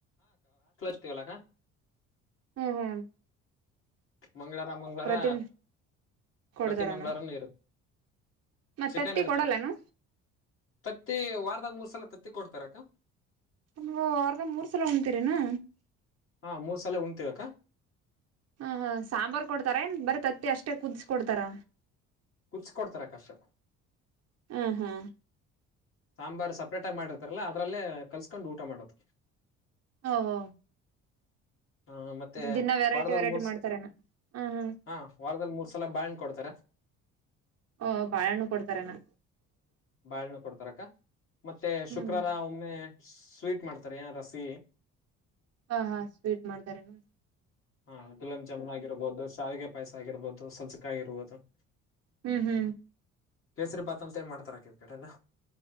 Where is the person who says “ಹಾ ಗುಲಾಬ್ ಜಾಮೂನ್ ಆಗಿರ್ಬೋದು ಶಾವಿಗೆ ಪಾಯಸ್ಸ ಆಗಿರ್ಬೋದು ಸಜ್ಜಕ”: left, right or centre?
Left